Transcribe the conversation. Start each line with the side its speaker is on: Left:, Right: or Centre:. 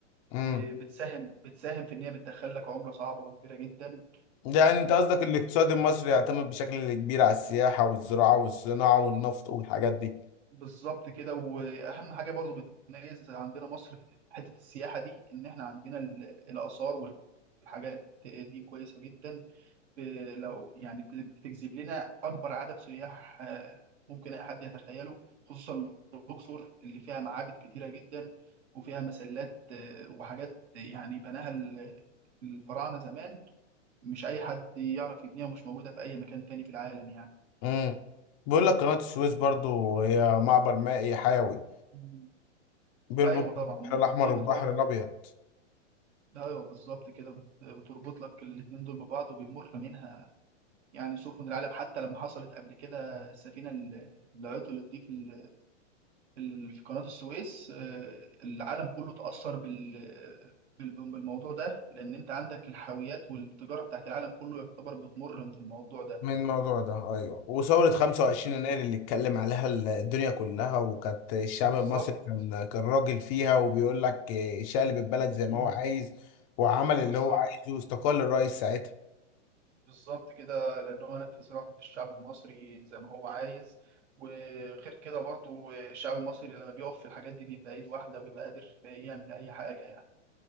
Left: امم
Right: وبتساهم بتساهم في إن هي بتدخل لك عملة صعبة وكبيرة جدا
Left: يعني انت قصدك الاقتصاد المصري يعتمد بشكل كبير على السياحة والزراعة والصناعة والنفط والحاجات دي
Right: بالظبط كده واهم حاجه برضو بتميز عندنا مصر في حته السياحه دي ان احنا عندنا ال- الاثار والحاجات دي كويسه جدا ب- لو يعني بت- بتجذب لنا اكبر عدد سياح آه، ممكن اي حد يتخيله خصوصا الاقصر اللي فيها معابد كتيره جدا وفيها مسلات آه، وحاجات يعني بناها ال- الفراعنه زمان مش اي حد يعرف يبنيها ومش موجوده في اي مكان تاني في العالم يعني
Left: امم بيقول لك قناة السويس برضو هي معبر مائي حيوي
Right: مم.
Left: بيربط
Right: ايوه طبعا
Left: البحر الأحمر
Right: في
Left: والبحر
Right: بتوع
Left: الأبيض
Right: ايوه بالظبط كده بت- بتربط لك الاتنين دول ببعض وبيمر منها يعني سفن العالم حتى لما حصلت قبل كده السفينه اللي اللي عطلت دي في ال- في ال- في قناه السويس آه، العالم كله اتاثر بال بال- بالموضوع ده لان انت عندك الحاويات والتجاره بتاعت العالم كله يعتبر بتمر من الموضوع ده
Left: من الموضوع ده أيوه وثورة 25
Right: بز-
Left: يناير اللي اتكلم عليها الدنيا كلها وكانت الشعب
Right: بالظبط
Left: المصري كان كان راجل فيها وبيقول لك إيه، شقلب البلد زي
Right: مم.
Left: ما هو عايز وعمل اللي
Right: بالظبط
Left: هو عايزه واستقال الرئيس ساعتها
Right: بالظبط كده لأن هو نفذ رغبة الشعب المصري زي ما هو عايز وغير كده برضو الشعب المصري لما بيقف في الحاجات دي بيبقى إيد واحدة وبيبقى قادر يعمل أي حاجة يعني